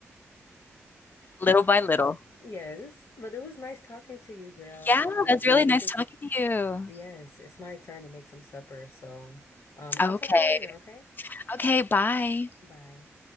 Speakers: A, on the left; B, on the left.
A: little by little.
B: Yes, but it was nice talking to you, girl.
A: Yeah,
B: Um,
A: it's really
B: I think
A: nice
B: it's
A: talking to you.
B: yes, it's my turn to make some supper. So, um, I'll
A: Okay.
B: talk to you later, okay?
A: Okay, bye.
B: Bye.